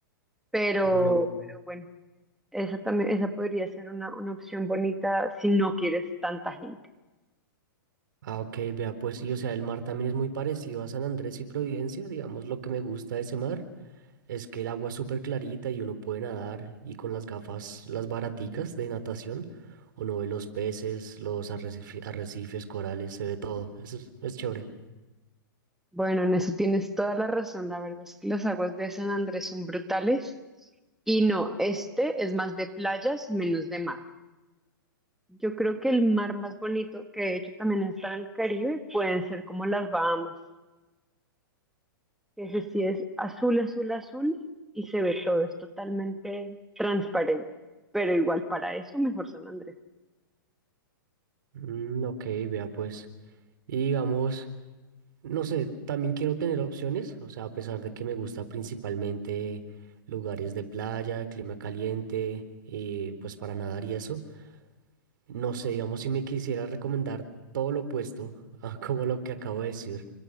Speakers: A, in the centre; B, on the right (about 65°).
A: pero,
B: No.
A: pero bueno, esa también, esa podría ser una, una opción bonita si no quieres tanta gente.
B: Ah, ok, vea, pues, y o sea, el mar también es muy parecido a San Andrés y Providencia. Digamos, lo que me gusta de ese mar es que el agua es súper clarita y uno puede nadar y con las gafas, las baraticas de natación, uno ve los peces, los arrecife- arrecifes, corales, se ve todo. Eso es, es chévere.
A: Bueno, en eso tienes toda la razón, la verdad es que las aguas de San Andrés son brutales y no, este es más de playas, menos de mar. Yo creo que el mar más bonito, que de hecho también está en el Caribe, pueden ser como las Bahamas. Ese sí es azul, azul, azul y se ve todo, es totalmente transparente. Pero igual para eso, mejor San Andrés.
B: Mm, ok, vea, pues. Y digamos. No sé, también quiero tener opciones, o sea, a pesar de que me gusta principalmente lugares de playa, clima caliente, y pues para nadar y eso, no sé, digamos si me quisiera recomendar todo lo opuesto a <laughs> como lo que acabo de decir,